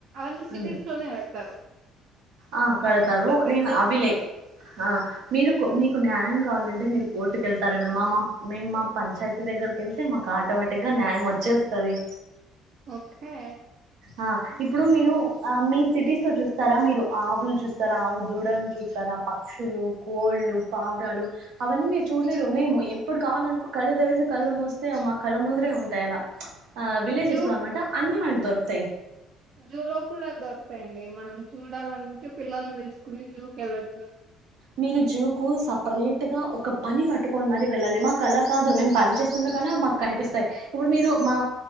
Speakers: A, on the right (about 55°); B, on the right (about 80°).
A: అన్న సిటీస్
B: ఉమ్
A: లోనే ఆడతారు
B: ఆ కడతారు
A: పెద్ద
B: నేను అవిలే ఆ మీరు మీకు న్యాయం కావాలంటే మీరు కోర్టుకెళ్తార మేమ్ మా మేము మా పంచాయతీ దగ్గర దగ్గరిక వెళ్తే మాకు ఆటోమేటిక్ గా న్యాయం వచ్చేస్తుంది
A: ఒకే
B: ఆ ఇప్పుడు మీరు ఆ మీ సిటీస్ లో చూస్తారా మీరు ఆవులు చూస్తారా ఆవు దుడని చూస్తారా పక్షులు కోళ్ళలు పావురాలు అవన్నీ మీరు చూడలేరు మేము ఎప్పుడు కావాల అనుకో కళ్ళు తరిసి కళ్ళు మోస్తే మా కళ్ళ ముందరే ఉంటాయి అలా ఆ విలేజెస్
A: జూ
B: లో అనమాటా అన్ని మ దొరకుతాయి
A: జూ లో కూడా దొరుతాయండి మనం చూడాలనుకుంటే పిల్లల్ని తెలుసుకుని జూకి వెళ్ళొచ్చు
B: మీరు జూకు సపరేట్ గా ఒక పని పట్టుకోని మరి వెళ్ళాలి మాకు అలా కాదు మేము పని చేస్తున్నా కనిపిస్తాయి ఇప్పుడు మీరు మా